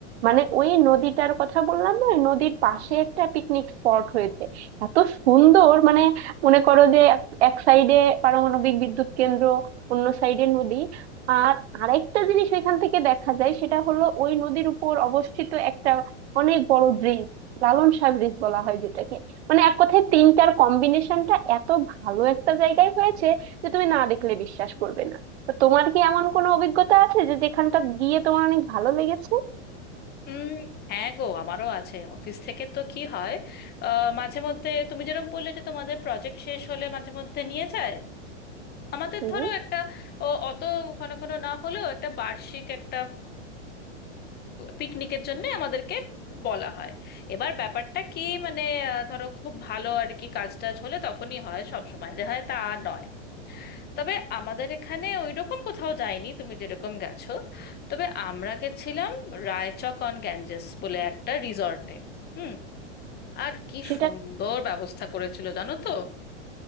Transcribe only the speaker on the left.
উম হ্যাঁ গো আমারও আছে অফিস থেকে তো কি হয় আহ, মাঝে মধ্যে তুমি যেরকম বললে যে তোমাদের প্রজেক্ট শেষ হলে মাঝে মধ্যে নিয়ে যায় আমাদের
ধরো একটা ও অত ঘন ঘন না হলেও একটা বার্ষিক একটা পিকনিকের জন্য আমাদেরকে বলা হয় এবার ব্যাপারটা কি মানে আহ, ধরো খুব ভালো আর কি কাজ টাজ হলে তখনই হয় সব সময় যে হয় তা নয় তবে আমাদের এখানে ওইরকম কোথাও যায়নি তুমি যেরকম গেছো তবে আমরা গেছিলাম রায়চক অন গ্যাঞ্জেস বলে একটা রিসর্টে হুম আর কি
সুন্দর ব্যবস্থা করেছিল জানো তো